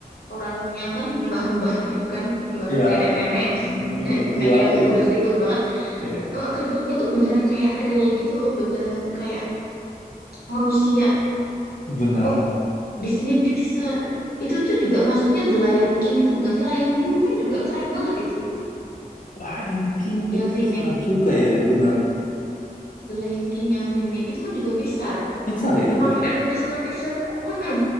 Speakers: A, on the left; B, on the left.
A: orangnya kan mbah-mbah gitu kan mbah
B: iya.
A: nenek-nenek <laughs>
B: Nenek-nenek
A: nenek-nenek
B: udah tua
A: yang
B: gitu
A: udah
B: kan.
A: keriput banget
B: Iya,
A: Heeh, keriputnya tuh beneran kayak real gitu loh beneran kayak manusia
B: bener.
A: oh Disney Pixar itu tuh juga masuknya The Lion King itu bukan sih Lion King kan juga keren banget itu
B: Lion King Pixar
A: yang remake
B: juga ya, bener.
A: The Lion King yang remake itu kan juga Pixar.
B: Pixar ya
A: Emang
B: itu ya.
A: animasinya Pixar tuh, mm-mm.